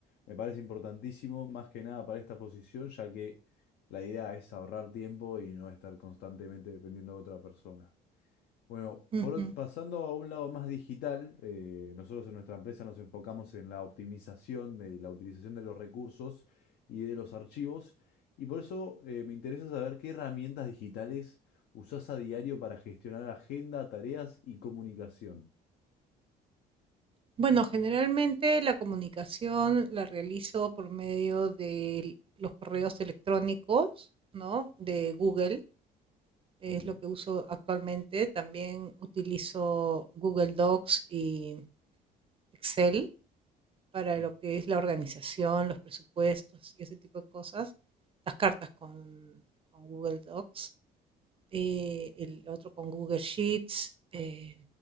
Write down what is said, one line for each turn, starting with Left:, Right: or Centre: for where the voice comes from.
Left: me parece importantísimo, más que nada para esta posición, ya que la idea es ahorrar tiempo y no estar constantemente dependiendo de otra persona. Bueno,
Right: Ujú.
Left: por ot- pasando a un lado más digital, eh, nosotros en nuestra empresa nos enfocamos en la optimización de la utilización de los recursos y de los archivos, y por eso eh, me interesa saber qué herramientas digitales usás a diario para gestionar agenda, tareas y comunicación.
Right: Bueno, generalmente la comunicación la realizo por medio de los correos electrónicos, ¿no? De Google, es
Left: Ok.
Right: lo que uso actualmente. También utilizo Google Docs y Excel para
Left: Mm.
Right: lo que es la organización, los presupuestos y ese tipo de cosas, las cartas con, con Google Docs, eh, el otro con Google Sheets. eh,